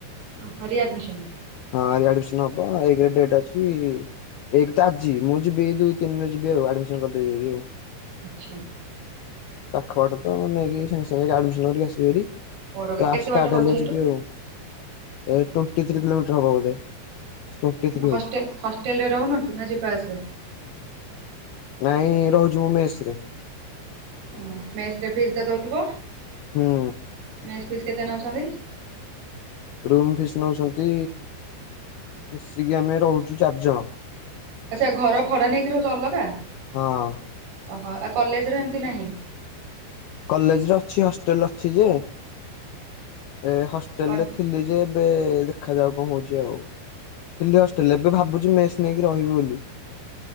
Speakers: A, on the right (about 85°); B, on the left (about 80°).
A: ହରି ଆଡମିସନ
B: ହଁ ରିଆଡମିସନ ହବ, ଏକରେ ଡେଟ୍ ଅଛି ଇ ଏକ ତ ଆଜି, ମୁଁ ଯିବି ଦୁଇ ତିନି ରେ ଯିବି ଆଉ, ଆଡମିସନ କରିଦେବି ଯାଇକି ଆଉ।
A: ଆଛା।
B: ପାଖବାଟ ତ, ମୁଁ ନେଇକି ସାଙ୍ଗେ ସାଙ୍ଗେ ଆଡମିସନ କରିକି ଆସିବିହାରି।
A: ଓଡ଼ଗାଁ
B: କ୍ଲାସ
A: କେତେ
B: ଷ୍ଟାର୍ଟ
A: ବାଟ ହଉଛି
B: ହେଲେ
A: ଏଇଠୁ?
B: ଯିବି ଆଉ, ଏ ଟୋଣ୍ଟି ଥ୍ରି କିଲୋମିଟର ହବ ବୋଧେ। ଟ୍ୱେଣ୍ଟି ଥ୍ରୀ
A: ହଷ୍ଟେଲ,
B: ହଉଛି
A: ହଷ୍ଟେଲରେ ରହୁନ କି? ନା ଯିବା ଆସିବା?
B: ନାଇଁ, ରହୁଛି ମୁଁ ମେସରେ।
A: ଓ, ମେସରେ ଫିସ୍ ତ ଦଉଥିବ,
B: ହୁଁ
A: ମେସଫିସ୍ କେତେ ନଉଛନ୍ତି?
B: ରୁମ୍ ଫିସ୍ ନଉଛନ୍ତି, ମିଶିକି ଆମେ ରହୁଛୁ ଚାରିଜଣ।
A: ଆଛା, ଘର ଭଡା ନେଇକି ରହୁଛ ଅଲଗା।
B: ହଁ।
A: ଓହୋ, ଆଉ କଲେଜରେ ଏମିତି ନାହିଁ?
B: କଲେଜରେ ଅଛି, ହଷ୍ଟେଲ ଅଛି ଯେ, ଏ ହଷ୍ଟେଲରେ
A: କଣ
B: ଥିଲି ଯେ ଏବେ ଦେଖାଯାଉ କଣ ହଉଛି ଆଉ। ଥିଲି ହଷ୍ଟେଲରେ, ଏବେ ଭାବୁଛି ମେସ୍ ନେଇକି ରହିବି ବୋଲି।